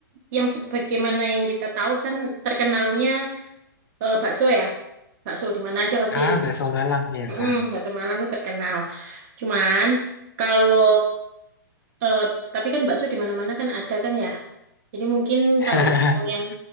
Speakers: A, on the right; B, on the left.
A: yang sebagaimana yang kita tahu kan terkenalnya eh, bakso ya. Bakso di mana aja pasti.
B: Ah, bakso Malang ya
A: Mm-mm,
B: Kak.
A: bakso Malang tuh terkenal. Cuman kalau eh, tapi kan bakso di mana-mana kan ada kan ya. Jadi mungkin
B: <laughs>
A: kalau mau yang